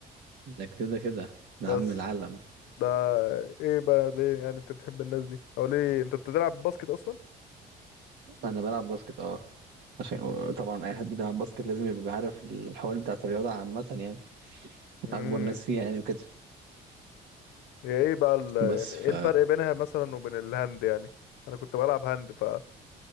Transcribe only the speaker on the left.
بس
ده ايه بقى ليه يعني انت بتحب الناس دي او ليه انت بتلعب باسكت اصلا
امم
هي ايه بقى ال... يعني
ايه الفرق بينها مثلا وبين الهاند يعني انا كنت بلعب هاند فانا